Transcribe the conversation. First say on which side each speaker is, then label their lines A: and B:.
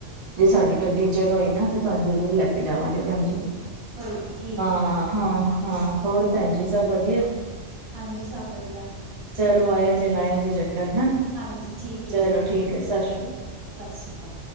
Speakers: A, on the right; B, on the right.
A: ਜੇ ਸਾਡੀ ਗੱਡੀ ਜਗ੍ਹਾ ਹੋਈ ਨਾ ਤਾਂ ਤੁਹਾਨੂੰ ਜ਼ਰੂਰ ਲੈ ਕੇ ਜਾਵਾਂਗੇ ਭੈਣਜੀ
B: ਕੋਈ ਨੀ ਠੀਕ
A: ਹਾਂ
B: ਹੈ ਜੀ
A: ਹਾਂ ਹਾਂ ਹੋਰ ਭੈਣ ਜੀ ਸਭ ਵਧੀਆ
B: ਹਾਂਜੀ ਸਭ ਵਧੀਆ
A: ਚਲੋ ਆਇਆ ਜੇ ਲਾਇਆ ਜੇ ਚੱਕਰ ਹੈ
B: ਹਾਂਜੀ ਠੀਕ
A: ਚਲੋ
B: ਹੈ ਜੀ
A: ਠੀਕ ਹੈ ਸਤਿ ਸ਼੍ਰੀ ਅਕਾਲ
B: ਸਤਿ ਸ਼੍ਰੀ ਅਕਾਲ